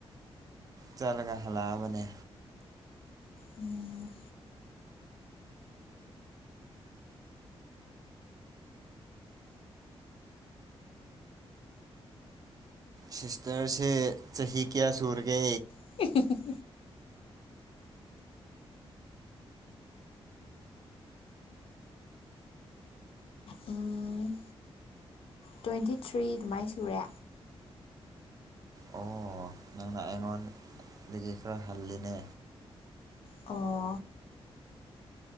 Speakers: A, on the right; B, on the left.
A: ꯆꯂꯒ ꯍꯜꯂꯛꯕꯅꯦ
B: ꯎꯝ
A: ꯁꯤꯁꯇꯔꯁꯦ ꯆꯍꯤ ꯀꯌꯥ ꯁꯨꯔꯒꯦ
B: <unintelligible> ꯎꯝ ꯇ꯭ꯋꯦꯟꯇꯤ ꯊ꯭ꯔꯤ ꯗꯨꯃꯥꯏ ꯁꯨꯔꯦ
A: ꯑꯣ ꯅꯪꯅ ꯑꯩꯉꯣꯟ ꯗꯒꯤ ꯈꯔ ꯍꯜꯂꯤꯅꯦ
B: ꯑꯣ